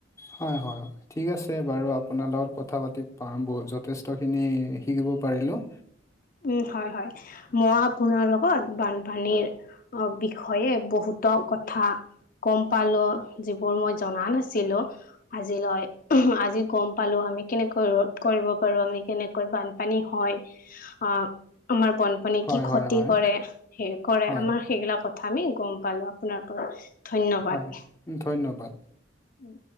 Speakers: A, on the left (about 15°); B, on the left (about 45°).
A: হয় হয়। ঠিক আছে বাৰু আপোনাৰ লগত কথা পাতি পা যথেষ্টখিনি শিকিব পাৰিলোঁ।
B: উম হয় হয়। মই আপোনাৰ লগত বানপানীৰ অ বিষয়ে বহুতো কথা গম পালো যিবোৰ মই জনা নাছিলো আজিলৈ। আজি গম পালো আমি কেনেকৈ ৰোধ কৰিব পাৰো, আমি কেনেকৈ বানপানী হয়। অ' আমাৰ বনপানী
A: হয়
B: কি ক্ষতি
A: হয় হয়
B: কৰে, হে কৰে
A: হয়
B: আমাৰ সেইবিলাক কথা আমি গম পালো আপোনাৰ পৰা, ধন্যবাদ।
A: হয় ধন্যবাদ।
B: উম।